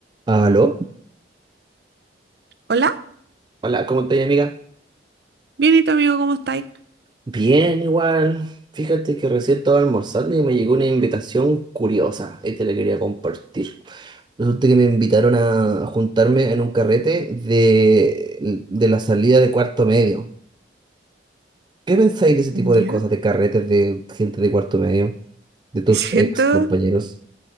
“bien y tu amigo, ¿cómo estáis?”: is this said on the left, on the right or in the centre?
Right